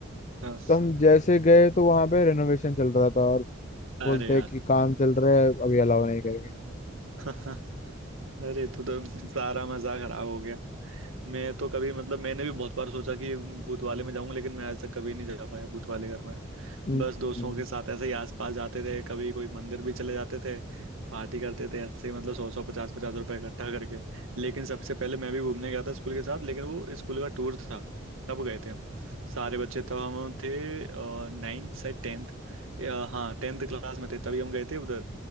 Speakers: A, on the right (about 90°); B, on the left (about 35°).
A: हाँ
B: तो हम जैसे गए तो वहां पे रेनोवेशन चल रहा था और
A: अरे
B: बोलते
A: यार
B: हैं कि काम चल रहा है अभी अलाउ नहीं करेंगे
A: <laughs> अरे तो, तो सारा मजा खराब हो गया मैं तो कभी मतलब मैंने भी बहुत बार सोचा कि भूत वाले में जाऊंगा लेकिन मैं आज तक कभी नहीं जा पाया भूत वाले घर में
B: हम्म,
A: बस दोस्तों के साथ ऐसे ही आसपास जाते थे कभी कोई मंदिर भी चले जाते थे पार्टी करते थे ऐसे ही मतलब सौ सौ पचास पचास रुपए इकट्ठा करके लेकिन सबसे पहले मैं भी घूमने गया था स्कूल के साथ लेकिन वो स्कूल का टूर था तब गए थे हम सारे बच्चे तब हम थे नाइन्थ से टेंथ हाँ टेंथ क्लास में थे तभी हम गए थे उधर